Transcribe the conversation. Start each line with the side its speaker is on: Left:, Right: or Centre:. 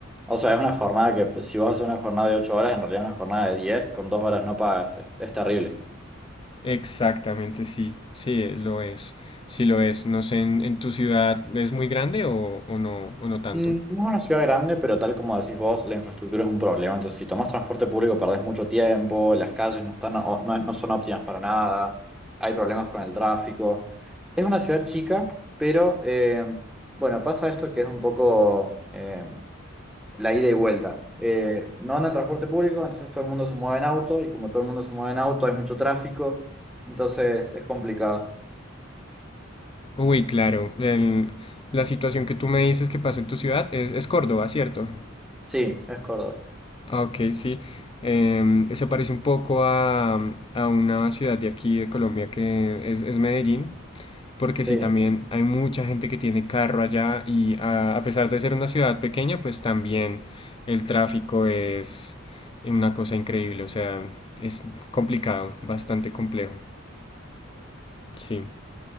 Centre: O sea, es una jornada que pues, si vos haces una jornada de 8 horas, en realidad es una jornada de 10 con dos horas no pagas. Es, es terrible.
Left: Exactamente, sí, sí, eh, lo es, sí lo es. No sé, ¿en, en tu ciudad es muy grande o, o no, o no tanto?
Centre: Mm, No es una ciudad grande, pero tal como decís vos, la infraestructura es un problema. Entonces, si tomás transporte público, perdés mucho tiempo, las calles no están, o- no, no son óptimas para nada, hay problemas con el tráfico. Es una ciudad chica, pero eh, bueno, pasa esto que es un poco... eh, la ida y vuelta. Eh, no anda el transporte público, entonces todo el mundo se mueve en auto y como todo el mundo se mueve en auto hay mucho tráfico, entonces es complicado.
Left: Uy, claro, el- la situación que tú me dices que pasa en tu ciudad es, es Córdoba, ¿cierto?
Centre: Sí, es Córdoba.
Left: Ah, Ok, sí. Em, se parece un poco a, a una ciudad de aquí de Colombia que es, es Medellín, Porque
Centre: Sí,
Left: sí, también hay mucha gente que tiene carro allá y a, a pesar de ser una ciudad pequeña, pues también el tráfico es una cosa increíble, o sea, es complicado, bastante complejo, sí.